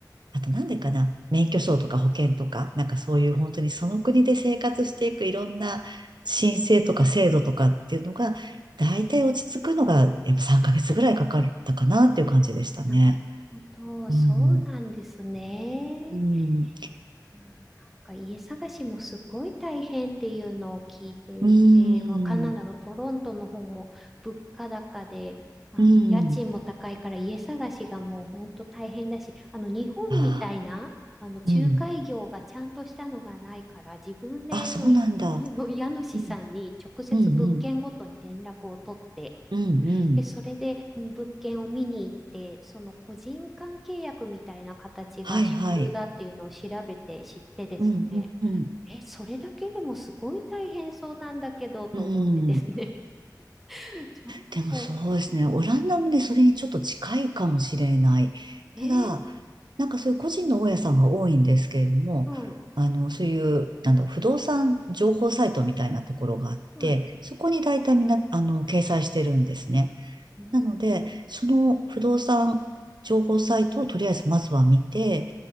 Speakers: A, on the right; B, in the centre.
A: あとなんでかな、免許証とか保険とか、なんかそういう本当にその国で生活していくいろんな申請とか制度とかっていうのが、大体落ち着くのがやっぱ3ヶ月ぐらいかかったかなっていう感じでしたね。
B: なるほど。
A: うん。
B: そうなんですね。
A: うん。
B: いやー、なんか家探しもすごい大変っていうのを聞いていて、
A: うん。
B: もうカナダのトロントの方も物価高で、あの家賃も高いから家探しがもう本当大変だし、
A: うん。
B: あの日本みたいなあの仲介業がちゃんとしたのがないから、
A: ああ、うん。
B: 自分でそうい
A: あ、そうなんだ。
B: <laughs> の家主さんに直接物件ごとに連絡を取って、
A: うん。うん。うん。うん。うん
B: で、それで物件を見に行って、その個人間契約みたいな形が主流だっていうのを調べて知ってですね、
A: はいはい。うん。うん。
B: え、それだけでもすごい大変そうなんだけどと思ってですね、
A: うん。
B: <laughs> ちょっと、
A: でもそうですね。オランダもね、それにちょっと近いかもしれない。
B: えー、
A: ただ、なんかそういう個人の大家さんが多いんですけれども、
B: はい、
A: あの、そういう、なんだろう、不動産情報サイトみたいなところがあって、
B: はい、
A: そこに大体みんな、あの、掲載してるんですね。
B: うん、
A: なので、その不動産情報サイトをとりあえずまずは見て、